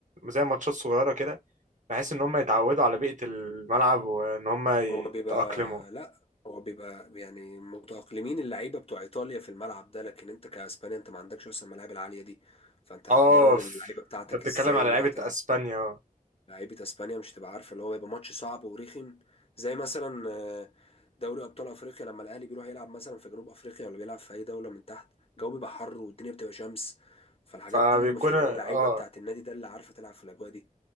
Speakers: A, on the right (about 55°); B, on the left (about 40°).
A: زي ماتشات صغيره كده بحيث ان هما يتعودوا على بيئه الملعب وان هما يتاقلموا
B: هو بيبقى لا هو بيبقى يعني متأقلمين اللعيبة بتوع ايطاليا في الملعب ده لكن انت كاسبانيا انت ما عندكش اصلا الملاعب العالية دي فانت
A: اه
B: هتمرن
A: ف-
B: اللعيبة بتاعتك
A: انت بتتكلم
B: ازاي
A: على
B: ان
A: لعيبه
B: هي تلعب
A: اسبانيا
B: لعيبه اسبانيا مش هتبقى عارفه اللي هو هيبقى ماتش صعب ورخم زي مثلا آه، دوري ابطال افريقيا لما الاهلي بيروح يلعب مثلا في جنوب افريقيا ولا بيلعب في اي دوله من تحت الجو بيبقى حر والدنيا بتبقى شمس فالحاجات
A: فبيكون
B: دي مفيش
A: اه
B: غير اللعيبه بتاعه النادي ده اللي عارفه تلعب في الاجواء دي